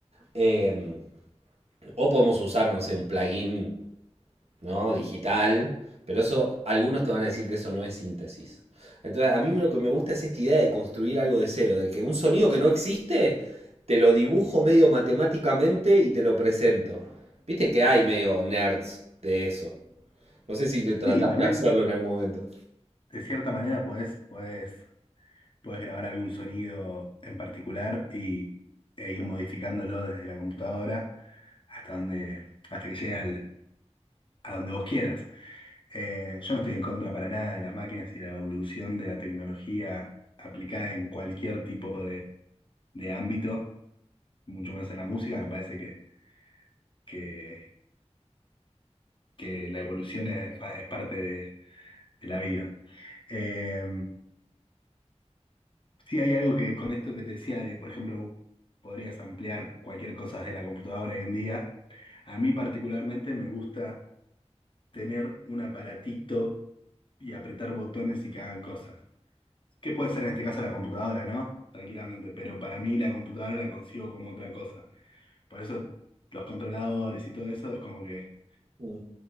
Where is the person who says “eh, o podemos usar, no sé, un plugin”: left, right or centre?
Right